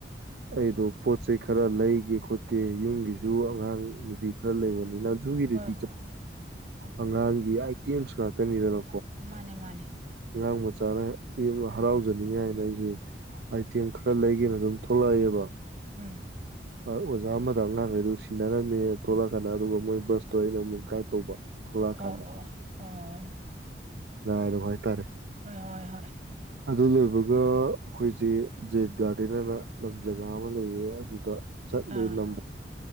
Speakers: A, on the right (about 65°); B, on the right (about 40°).
A: ꯑꯩꯗꯣ ꯄꯣꯠ ꯆꯩꯩ ꯈꯔ ꯂꯩꯒꯦ ꯈꯣꯠꯀꯦ ꯌꯨꯝꯒꯤꯁꯨ ꯑꯉꯥꯡ ꯅꯨꯄꯤ ꯈꯔ ꯂꯩꯕꯅꯤꯅ ꯨꯏꯔꯤꯦꯤ
B: ꯍꯣꯏ ꯍꯣꯏ
A: ꯆ ꯑꯉꯥꯡꯒꯤ ꯑꯇꯦꯝꯁꯨ ꯉꯥꯛꯇꯅꯤꯗꯅꯣ
B: ꯃꯥꯅꯦ ꯃꯥꯅꯦ
A: ꯉꯔꯥꯡ ꯃꯆꯥꯅ ꯍꯔꯥꯎ ꯇꯖꯅꯤꯡꯉꯥꯏꯅ ꯑꯩꯁꯦ ꯑꯥꯏꯇꯦꯝ ꯈꯔ ꯂꯩꯒꯦꯅ ꯑꯗꯨꯝ ꯊꯣꯛꯂꯛꯑꯑꯦꯕ
B: ꯎꯝ
A: ꯑꯣꯖꯥ ꯑꯃꯗ ꯑꯉꯥꯡꯈꯩꯗꯨ ꯁꯤꯟꯅꯔꯝꯃꯦ ꯊꯣꯛꯣꯂꯛꯀꯥꯟꯗ ꯑꯗꯨꯒ ꯃꯣꯏ ꯕꯁꯇꯣ ꯑꯩꯅ ꯑꯃꯨꯛ ꯒꯥꯏꯗ ꯇꯧꯕ ꯊꯣꯂꯥ
B: ꯑꯣ
A: ꯈꯥꯟ
B: ꯑꯣ ꯑꯣ
A: ꯥꯏꯔꯣ ꯍꯥꯏꯇꯥꯔꯦ
B: ꯍꯣꯏ ꯍꯣꯏ ꯍꯣꯏ
A: ꯑꯗꯨ ꯂꯣꯏꯕꯒ ꯑꯩꯈꯣꯏꯁꯦ ꯖꯦꯟꯠ ꯒꯥꯔꯗꯦꯟ ꯍꯥꯏꯅ ꯂꯝ ꯖꯒꯥ ꯑꯃ ꯂꯩꯌꯦ ꯑꯗꯨꯗ ꯆꯠꯂ
B: ꯑꯥ
A: ꯅꯝ